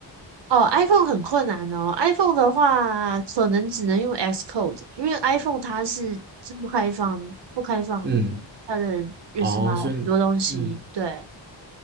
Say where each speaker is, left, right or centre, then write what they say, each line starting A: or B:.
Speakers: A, on the right; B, on the right.
A: 哦，iPhone 很困难哦。iPhone 的话，可能只能用 Xcode，因为 iPhone 它是是不开放、不开放它的认识码哦很多东西。
B: 嗯，哦，所以，嗯，
A: 对，